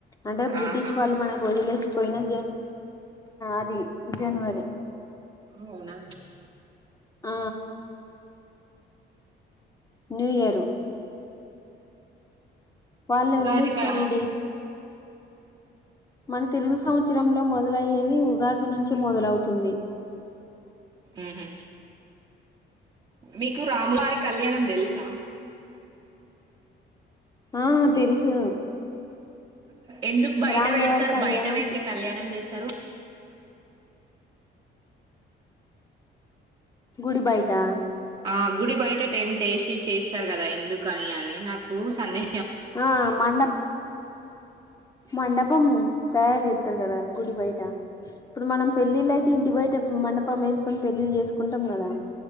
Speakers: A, on the left (about 20°); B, on the right (about 30°).
A: అంటే బ్రిటిష్
B: ఆహా
A: వాళ్ళు మనకు వదిలే పోయినా జ అది జనవరి
B: అవునా
A: ఆ న్యూ ఇయరు వాళ్ళు
B: ఉగాది
A: వదిలేసిపోయిన
B: పా
A: డేట్స్ మన తెలుగు సంవత్సరంలో మొదలయ్యేది ఉగాది నుంచే మొదలవుతుంది
B: ఉమ్ హ్మ్ మీకు రాములారి కళ్యాణం తెలుసా
A: ఆ తెలుసు
B: ఎందుకు బయట
A: రాములవారి
B: పెడతారు
A: కళ్యాణం
B: బయట పెట్టి కళ్యాణం చేస్తారు
A: గుడి బాయిటా
B: ఆ గుడి బయట టెంట్ వేసి చేస్తారు కదా ఎందుక అని అని నాకు సందే
A: ఆ మండప్ మండపం తయారు చేస్తారు కదా గుడి బయట ఇప్పుడు మనం పెళ్ళిళ్ళయితే ఇంటి బయట మండపం వేసుకొని పెళ్ళిళ్ళ చేసుకుంటాం కదా